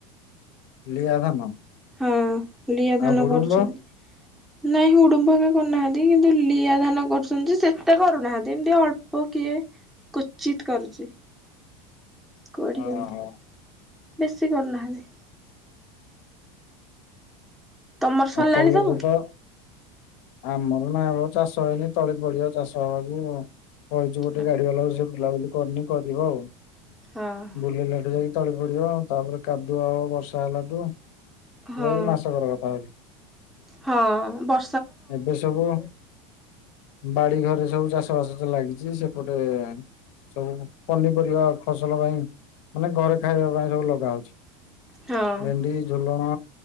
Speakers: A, on the left (about 60°); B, in the centre.
A: ଲିଆ ଧାନ?
B: ହଁ, ଲିଆ
A: ଆଉ
B: ଧାନ
A: ହୁଡୁମ୍ବ
B: କରୁଛନ୍ତି। ନାଇଁ ହୁଡୁମ୍ୱ ବି କରୁନାହାନ୍ତି କିନ୍ତୁ ଲିଆ ଧାନ କରୁଛନ୍ତି ସେତେ କରୁନାହାନ୍ତି ଏମିତି ଅଳ୍ପ କିଏ କୁଚିତ୍ କରୁଚି। କୋଢ଼ିଏ
A: ଓହୋ
B: ବେଶୀ କରୁନାହାନ୍ତି। ତମର ସରିଲାଣି
A: ଆଉ କଲେଜ
B: ସବୁ?
A: ତ ଆମର ନାଇ ମ ଚାଷ ହେଇନି ତଳି ପଡିବ ଚାଷ ହବାକୁ। କହିଛୁ ଗୋଟେ
B: ନା
A: ଗାଡି ବାଲାକୁ ସେ ବୁଲାବୁଲି କରିନି କରିବ ଆଉ।
B: ହଁ,
A: ବୁଲିଲାଠୁ ଯାଇକି ତଳି ପଡିବତାପରେ କାଦୁଅ ହବ ବର୍ଷା ହେଲାଠୁ।
B: ହଁ
A: ଏ ଯାଇ ମାସକର କଥା ଏଇ।
B: ହଁ ବ
A: ଏ ସବୁ ବାଡି ଘରେ ସବୁ ଚାଷ ବାସ ତ ଲାଗିଛି। ସେପଟେ-ଏ-ଏ-ଏ ସବୁ ପନିପରିବା ଫସଲ ପାଇଁ ମାନେ ଘରେ ଖାଇବା ପାଇଁ ସବୁ ଲଗା ହଉଛି।
B: ହଁ।
A: ଭେଣ୍ଡ, ଝୁଲଣ,